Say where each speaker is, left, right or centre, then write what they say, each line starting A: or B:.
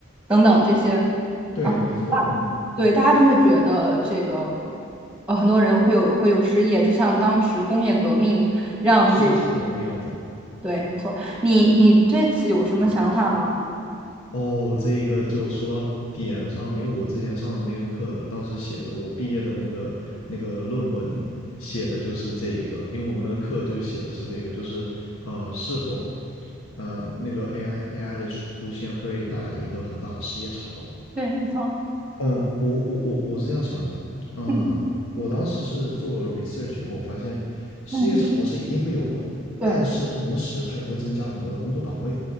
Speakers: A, in the centre; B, on the left.
A: 等等这些
B: 对，
A: 啊，
B: 没错，嗯，
A: 对，大家就会觉得这个呃，很多人会有会有失业，就像当时工业革命让这
B: 是一个潮那个样子。
A: 对，没错，你你对此有什么想法吗？
B: 哦，这一个就说到点上了，因为我之前上的那个课，当时写的我毕业的那个那个论文写的就是这一个，因为我们那个课就写的是这个，就是呃，是否呃那个 AI AI 的出现会带来一个很大的失业潮，
A: 对，没错，
B: 嗯，我我我我是这样想的，嗯，
A: 嗯
B: 我当时是做了 research 以后，我发现失业潮是一定会有的，
A: 嗯，对。
B: 但是同时它也会增加很多的工作岗位。